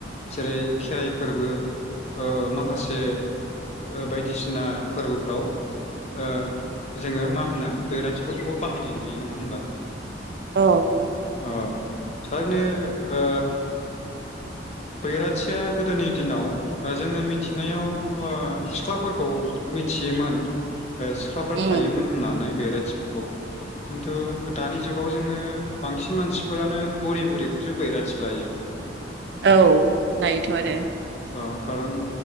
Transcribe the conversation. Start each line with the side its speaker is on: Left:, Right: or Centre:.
Left: जेरै खेराइ फोरबो ओ माखासे ओ बायदिसिना फोरबोफ्राव ओ जोंङो मा होनो बैराथिफोरखौबो बाहायनाय नुयो नंङा होमबा।
Right: औ।
Left: औ थारैनो ओ। बैराथिया गोदोनि दिनाव जोंङो मिथिनायाव ओ सिख्लाफोरखौ मिथियोमोन। ओ सिख्लाफ्रा
Right: उम
Left: थायोमोन होननानै बैरा मानसिफोरखौ खिन्थु दानि जुगाव जोंङो बांसिन मानसिफोरानो बुरि बुरिखौसो बैराथि लायो
Right: औ लायोथ' आरो
Left: अ अ खारन